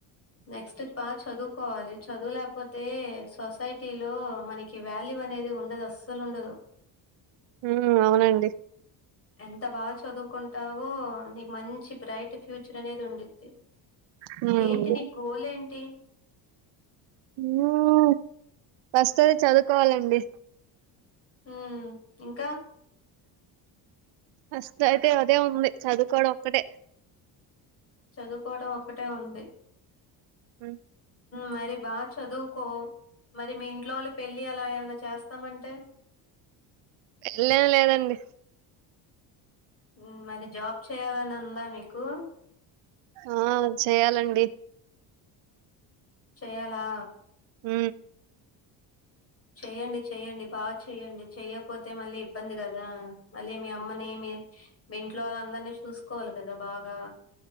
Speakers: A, on the left; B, on the right.
A: నెక్స్ట్ బాగా చదువుకోవాలి చదువు లేపోతే సొసైటీలో మనకి వాల్యూ అనేది ఉండదు అస్సలు ఉండదు
B: ఉ అవునండి
A: ఎంత బాగా చదువుకుంటావో నీకు మంచి బ్రైట్ ఫ్యూచర్ అనేది ఉండిద్ది
B: హామ్
A: ఏంటి నీ గోల్ ఏంటి
B: గోల్ వస్తది చదువుకోవాలండి
A: మ్ ఇంకా
B: ఫస్ట్ అయితే అదే ఉంది చదువుకోవడం ఒక్కటే
A: చదువుకోవడం ఒక్కటే ఉంది
B: హాయి
A: మరి బాగా చదువుకో మరి మీ ఇంట్లో వాళ్ళు పెళ్ళి అలా ఏమనా చేస్తామంటే
B: పెళ్లేమీ లేదండి
A: ఉ మరి జాబ్ చేయాలని ఉందా మీకు
B: ఆ చేయాలండి
A: చేయాలా
B: ఉ
A: చెయ్యండి చెయ్యండి బాగా చెయ్యండి చెయ్యపోతే మళ్ళీ ఇబ్బంది కదా మళ్ళీ మీ అమ్మని మీ మీ ఇంట్లో వాళ్ళ అందరినీ చూసుకోవాలి కదా బాగా